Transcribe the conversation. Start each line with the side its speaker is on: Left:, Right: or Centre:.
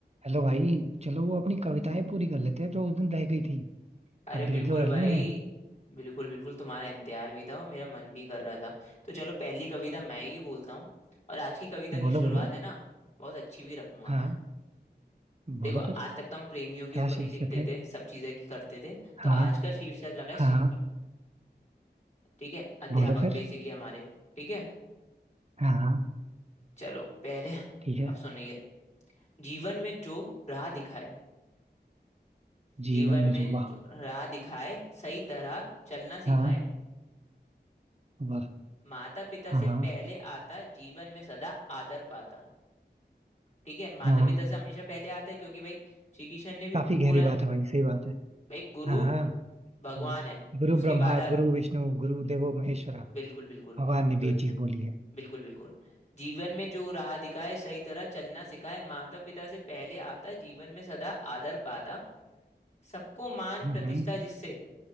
Right: Hello भाई चलो वो अपनी कविताएं पूरी कर लेते हैं जो उस दिन रह गई थी
Left: अरे
Right: कंप्लीट
Left: बिल्कुल
Right: तो कर
Left: भाई
Right: लें उन्हें
Left: बिल्कुल बिल्कुल तुम्हारा इंतजार भी था और मेरा मन भी कर रहा था तो चलो पहली कविता मैं ही बोलता हूँ और आज की कविता की
Right: बोलो
Left: शुरुआत
Right: बोलो
Left: है ना बहुत अच्छी भी रखूंगा
Right: हाँ
Left: मैं देखो
Right: बोलो
Left: आज
Right: फिर
Left: तक तो हम प्रेमियों के
Right: क्या
Left: ऊपर
Right: शीर्षक
Left: ही लिखते
Right: है
Left: थे सब चीजें की करते थे तो
Right: हाँ
Left: आज का शीर्षक लगा है
Right: हाँ
Left: शिक्षक
Right: हाँ,
Left: ठीक है अध्यापक
Right: बोलो फिर
Left: बेसिकली हमारे ठीक है
Right: हाँ हाँ,
Left: चलो पहले
Right: ठीक है
Left: अब सुनिए जीवन में जो राह दिखाए
Right: जीवन
Left: जीवन
Right: में
Left: में
Right: जो वाह
Left: जो राह दिखाए सही तरह चलना
Right: हाँ
Left: सिखाए
Right: वाह
Left: माता पिता
Right: हाँ
Left: से पहले आता जीवन में सदा आदर पाता ठीक है माता
Right: हाँ हाँ
Left: पिता से हमेशा पहले आता है क्योंकि भाई श्री कृष्ण ने भी
Right: काफी
Left: बोला
Right: गहरी
Left: है
Right: बात है भाई सही बात है
Left: भाई गुरु
Right: हाँ हाँ
Left: भगवान
Right: कि
Left: है
Right: गुरु
Left: उसके
Right: ब्रह्मा
Left: बाद आता
Right: गुरु विष्णु गुरु देवो महेश्वरा
Left: बिल्कुल बिल्कुल
Right: भगवान ने भी
Left: तो
Right: ये चीज बोली है
Left: बिल्कुल बिल्कुल जीवन में जो राह दिखाए सही तरह चलना सिखाए माता पिता से पहले आता जीवन में सदा आदर पाता सबको मान
Right: हम्म
Left: प्रतिष्ठा
Right: हम्म,
Left: जिससे